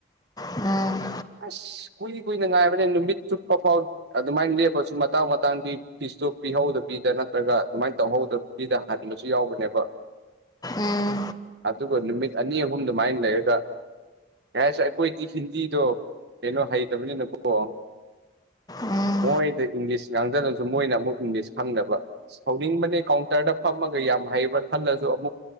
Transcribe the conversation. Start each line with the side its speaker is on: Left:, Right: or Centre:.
Left: ꯎꯝ
Right: ꯑꯁ ꯀꯨꯏ ꯀꯨꯏꯅ ꯉꯥꯏꯕꯅꯦ ꯅꯨꯃꯤꯠ ꯆꯨꯞꯠꯄ ꯐꯥꯎ ꯑꯗꯨꯃꯥꯏꯅ ꯂꯦꯞꯄꯁꯨ ꯃꯇꯥꯡ ꯃꯇꯥꯡꯗꯤ ꯐꯤꯁꯇꯣ ꯄꯤꯍꯧꯗ ꯄꯤꯗ ꯅꯠꯇ꯭ꯔꯒ ꯑꯗꯨꯃꯥꯏꯅ ꯇꯧꯍꯧꯗ ꯄꯗ ꯍꯟꯕꯁꯨ ꯌꯥꯎꯕꯅꯦꯕ
Left: ꯎꯝ
Right: ꯑꯗꯨꯒ ꯅꯨꯃꯤꯠ ꯑꯅꯤ ꯑꯍꯨꯝ ꯑꯗꯨꯃꯥꯏꯅ ꯂꯩꯔꯒ ꯌꯥꯁ ꯑꯩꯈꯣꯏꯗꯤ ꯍꯤꯟꯗꯤꯗꯣ ꯀꯩꯅꯣ ꯍꯩꯇꯕꯅꯤꯅꯀꯣ
Left: ꯎꯝ
Right: ꯃꯣꯏꯗ ꯏꯪꯂꯤꯁ ꯉꯥꯡꯗꯅꯕꯁꯨ ꯃꯣꯏꯅ ꯑꯃꯨꯛ ꯏꯪꯂꯤꯁ ꯈꯪꯗꯕ ꯁꯧꯅꯤꯡꯕꯅꯦ ꯀꯥꯎꯟꯇꯔꯗ ꯐꯝꯃꯒ ꯌꯥꯝ ꯍꯩꯕ꯭ꯔꯥ ꯈꯜꯂꯁꯨ ꯑꯃꯨꯛ